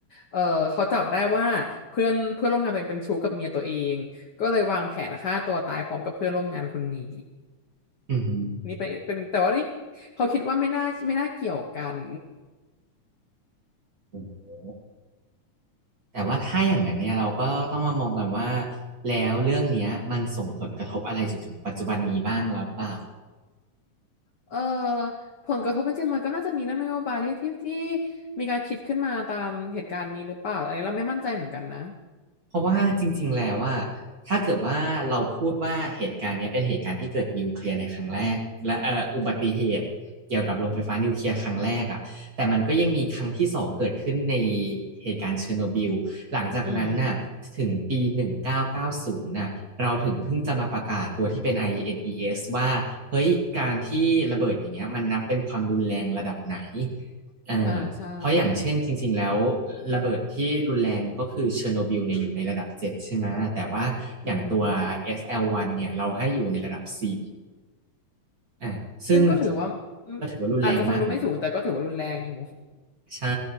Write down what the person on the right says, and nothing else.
อืม
โอ้โหแต่ว่าถ้าอย่างนั้นเนี่ยเราก็ต้องมามองกันว่าแล้วเรื่องเนี้ยมันส่งผลกระทบอะไรจนถึงปัจจุบันนี้บ้างหรือเปล่า
เพราะว่าจริงๆแล้วว่าถ้าเกิดว่าเราพูดว่าเหตุการณ์เนี้ยเป็นเหตุการณ์ที่เกิดนิวเคลียร์ในครั้งแรกและเอ่ออุบัติเหตุเกี่ยวกับโรงไฟฟ้านิวเคลียร์ครั้งแรกอ่ะแต่มันก็ยังมีครั้งที่สองเกิดขึ้นในเหตุการณ์เชอร์โนบิลหลังจากนั้นน่ะถึงปี1990น่งพันเก้าร้อยเก้าสิบน่ะเราถึงเพิ่งจะมาประกาศตัวที่เป็น
IAES ว่าเฮ้ยการที่ระเบิดอย่างเงี้ยมันนับเป็นความรุนแรงระดับไหนเออ
เพราะอย่างเช่นจริงๆแล้วระเบิดที่รุนแรงก็คือเชอร์โนบิลเนี่ยอยู่ในระดับเจ็ดใช่ไหมแต่ว่าอย่างตัว
SL1 เนี่ยเราให้อยู่ในระดับ4อ่ะซึ่ง
ก็ถือว่ารุนแรงมากนะ ใช่